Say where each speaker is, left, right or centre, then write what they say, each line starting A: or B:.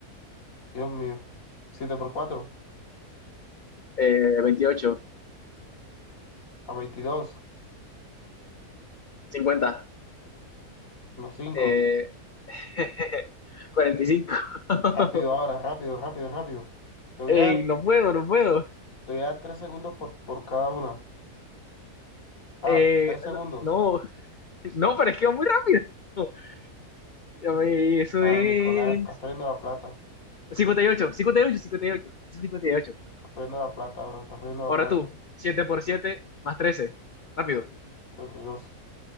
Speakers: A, on the left (about 60°); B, on the left (about 80°).
A: Dios mío. siete por cuatro
B: Eh, 28,
A: A veintidós
B: 50,
A: Los cinco.
B: eh, <laughs> 45. <laughs>
A: Rápido ahora, rápido, rápido, rápido. Te voy
B: Ey,
A: a dar,
B: no puedo, no puedo.
A: te voy a dar tres segundos por, por cada una. Ah,
B: Eh,
A: tres segundos.
B: no, no, no, pero es que va muy rápido. <laughs> Ya ve, Eso
A: Ah,
B: es
A: Nicolás, estás perdiendo la plata.
B: 58, 58, 58. Eso es 58.
A: Estás perdiendo la plata, bro. Estás perdiendo la
B: Ahora
A: plata.
B: tú, Siete por siete más 13. Rápido,
A: 32.